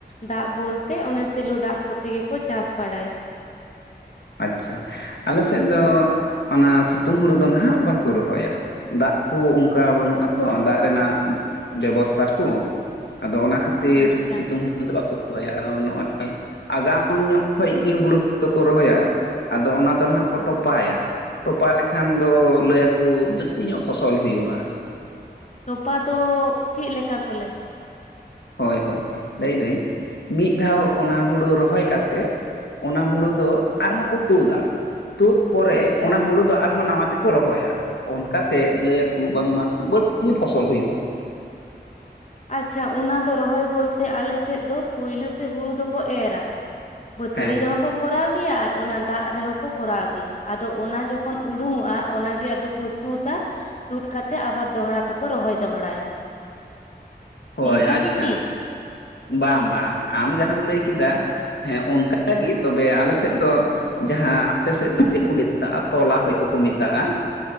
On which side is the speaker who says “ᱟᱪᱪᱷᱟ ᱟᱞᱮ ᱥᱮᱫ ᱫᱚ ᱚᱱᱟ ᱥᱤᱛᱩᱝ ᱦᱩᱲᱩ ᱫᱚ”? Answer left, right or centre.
Left